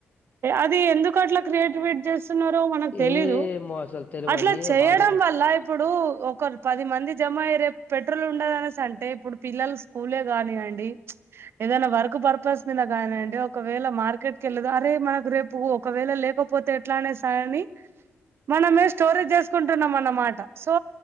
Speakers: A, on the right; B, on the left.
A: అది ఎందుకు అట్లా క్రియేట్ విట్ చేస్తున్నారో మనకు తెలీదు
B: ఏమో అసలు తెలవది
A: అట్లా చేయడం
B: వాళ్ళు
A: వల్ల ఇప్పుడు ఒక పది మంది జమ అయరే పెట్రోల్ ఉండదు అనేసి అంటే ఇప్పుడు పిల్లలు పూలే గానియంండి ఏదైనా వర్క్ పర్పస్ మీద కానిండి ఒకవేళ మార్కెట్ క వెళ్లేదు ఏమనకురేపు ఒకవేళ లేకపోతే ఎట్లానే స అని మనమే స్టోరేజ్ చేసుకుంటున్నాం మనం మాట సో